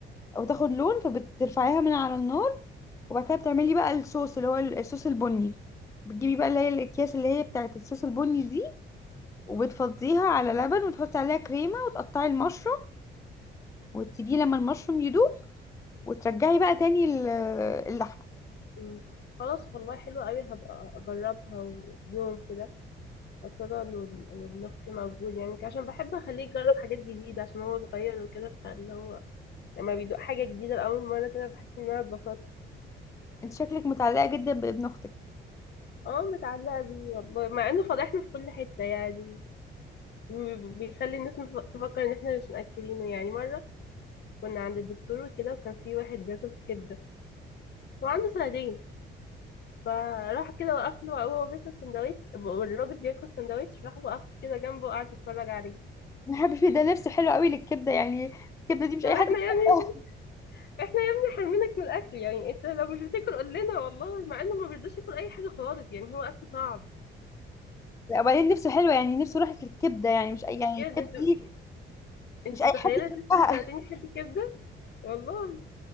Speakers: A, on the left; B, on the left.
A: وتاخد لون فبترفعيها من على النار وبعد كده بتعملي بقى الصوص اللي هو الصوص البني بتجيبي بقى اللي هي الاكياس اللي هي بتاعت الصوص البني دي وبتفضيها على لبن وتحطي عليها كريمة وتقطعي المشروم وتسيبيه لما المشروم يدوب وترجعي بقى تاني ال- اللحمة
B: مم. خلاص والله حلوة قوي هبقى اجربها ويوم كده خاصة وابن وابن أختي موجود يعني عشان بحب أخليه يجرب حاجات جديدة عشان هو صغير وكده فاللي هو لما بيدوق حاجة جديدة لأول مرة كده بحس إن أنا اتبسطت
A: انت شكلك متعلقة جدا بابن اختك
B: اه متعلقة بيه والله مع إنه فضحنا في كل حتة يعني وبيخلي الناس مف- تفكر إن إحنا مش مأكلينه يعني مرة كنا عند الدكتور وكده وكان في واحد بياكل كبدة هو عنده سنتين فراح كده وقف له وهو بياكل سندوتش والراجل بياكل سندوتش راح وقف كده جنبه وقعد يتفرج عليه
A: بحب فيه ده لبس حلو قوي للكبدة يعني الكبدة دي مش
B: طب
A: اي
B: احنا
A: حد بيحبها.
B: يعني احنا يا ابني حرمينك من الاكل يعني انت لو مش بتاكل قول لنا والله مع انه ما بيرضاش ياكل اي حاجه خالص يعني هو اكله صعب
A: لا وبعدين نفسه حلوة يعني نفسه راحت للكبدة يعني مش اي يعني
B: كده انتوا
A: الكبدة دي
B: انتوا
A: مش اي
B: متخيله
A: حد يحبها
B: طفل سنتين يحب الكبده والله